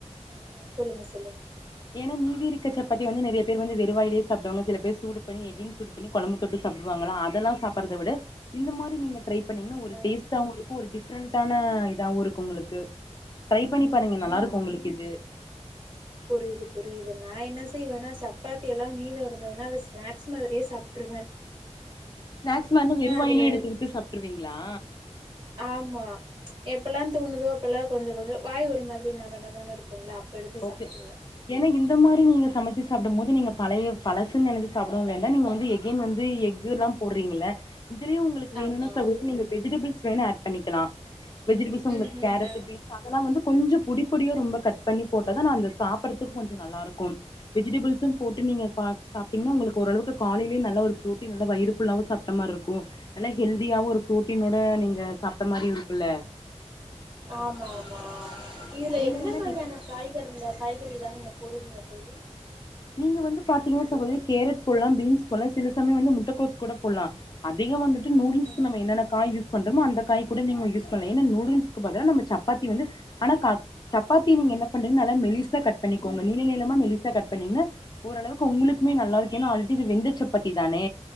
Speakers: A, on the right (about 40°); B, on the left (about 35°).
A: ஆ ஹ சொல்லுங்க சொல்லுங்
B: ஏன்னா மீதி இருக்க சப்பாத்திய வந்து நெற்யா பேர் வந்து வெறுவாயிலே சாப்டுவாங்க சில பேரு சூடு பண்ணி எகின் சூடு கொழம்பு தொட்டு சாப்டுவாங்களா அதெல்லா சாப்பறத விட இந்த மாரி நீங்க டிரை பண்ணீங்கென்னா ஒரு
A: அ
B: டேஸ்ட்டாவு இருக்கு ஒரு டிஃப்ரெண்டான இதாவு இருக்கு ஒங்ளுக்கு டிரை பண்ணி பாருங்க நல்லா
A: ஆஹா
B: இருக்கு உங்களுக்கு இது
A: புரியுது புரியுது நா என்ன செய்வேன்னா சப்பாத்தி எல்லா மீது இருந்ததுன்னா அது ஸ்நாக்ஸ் மாரியே சாப்ட்டுருவே
B: ஸ்நாக்ஸ் வந்து வெறு வாயிலே
A: அதுல
B: எடுத்துட்டு சாப்ட்டுருவீங்களா
A: ஆமா எப்ப எல்லா தோணுதோ அப்ப எல்லா கொஞ்சோ கொஞ்சோ வாய் ஒரு மாரி நம நமனு இருக்கு இல்ல அப் ப எடுத்து சாப்ட்டுருவே
B: ஓகே ஏன்னா இந்த மாரி நீங்க சமைச்சு சாப்டும் போது நீங்க பழைய பழசு நெனச்சு சாப்பிட வேண்டா நீங்க வந்து எகைன் வந்து யுர்ல்லா போடுறீங்கள இதுலையு உங்களுக்கு வேணும்னா
A: ஆமா
B: சகோதரி நீங்க வெஜிடெபுள்ஸ் வேண ஆட் பண்ணிக்கலா வெஜிடெபுள்ஸ் உங்களுக்கு
A: ம்ஹூங்க
B: கேரட் பீட் அதெல்லா வந்து கொஞ்சோ பொடி பொடிய ரொம்ப கட் பண்ணி போட்டதனா அந்த சாப்பறதுக்கு கொஞ்சோ நல்லா இருக்கு வெஜிடெபுள்ஸ் போட்டு
A: ம்ஹூம்
B: நீங்க பாக் சாப்ட்டிங்கென்னா ஒங்களுக்கு ஓரளவு காலையிலேயே நல்ல ஒரு புரோட்டீன் வந்து வயிறு ஃபுல்லாவு சாப்ட்ட மாரி இருக்கு நல்லா ஹெல்தியாவு ஒரு புரோட்டீனோட நீங்க சாப்ட்ட மாரி இருக்குல்ல
A: ஆமா ஆமா இதுல
B: நீங்க
A: எந்த
B: வேணா
A: மாரியான காய் கிறதுல்ல காய்கறி எல்லாமே நீங்க போடுவீங்க தொழி
B: நீங்க வந்து பாத்தீங்கென்னா சகோதரி கேரட் போட்லா பீன்ஸ் போட்லா சில சமய வந்து முட்டக்கோஸ் கூட போட்லா அதிகோ வந்துட்டு நூடுல்ஸ்க்கு
A: ம்ஹூம்
B: நம்ம என்னன்னா காய் யூஸ் பண்றமோ அந்த காய் கூட நீங்க யூஸ் பண்ணலா ஏன்னா நூடுல்ஸ்க்கு பதில நம்ம சப்பாத்தி வந்து ஆனா சப்பாத்தி நீங்க என்ன பண்றீங்க நல்ல மெலிசா கட் பண்ணிக்கோங்க நீள நீளமா மெலிசா கட் பண்ணிங்கன்னா ஓரளவுக்கு ஒங்களுக்குமே நல்லா இருக்கு ஏன்னா ஆல்ரெடி இது வெந்த சப்பாத்தி தானே